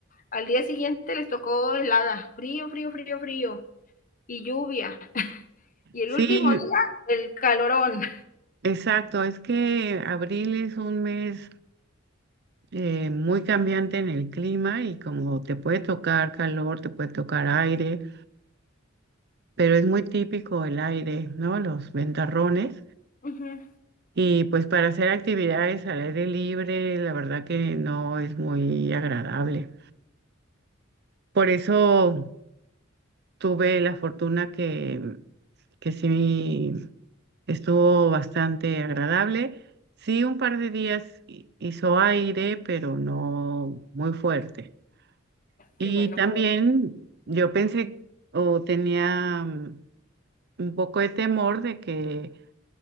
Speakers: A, on the left (about 40°); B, on the right (about 55°).
A: Al día siguiente les tocó helada, frío, frío, frío, frío y lluvia. Y el
B: sí,
A: último día, el calorón.
B: exacto. Es que abril es un mes eh, muy cambiante en el clima y como te puede tocar calor, te puede tocar aire, pero es muy típico el aire, ¿no? Los ventarrones.
A: Ujú.
B: Y pues para hacer actividades al aire libre, la verdad que no es muy agradable. Por eso tuve la fortuna que que sí estuvo bastante agradable. Sí, un par de días hi- hizo aire, pero no muy fuerte. Y
A: Qué bueno,
B: también
A: qué bueno.
B: yo pensé o tenía mm, un poco de temor de que